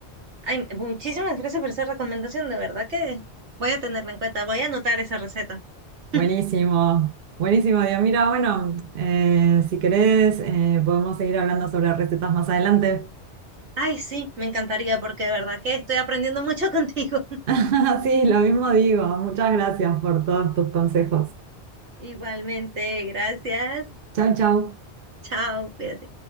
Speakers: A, on the right (about 85°); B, on the right (about 60°).
A: ay, muchísimas gracias por esa recomendación, de verdad que voy a tenerla en cuenta, voy a anotar esa receta.
B: Buenísimo,
A: <laughs>
B: buenísimo, Dios. Mira, bueno, eh, si querés, eh, podemos seguir hablando sobre recetas más adelante.
A: Ay, sí, me encantaría porque de verdad que estoy aprendiendo mucho <laughs> contigo.
B: <laughs> Sí, lo mismo digo, muchas gracias por todos tus consejos.
A: Igualmente, gracias.
B: Chau, chau.
A: Chao, cuídate.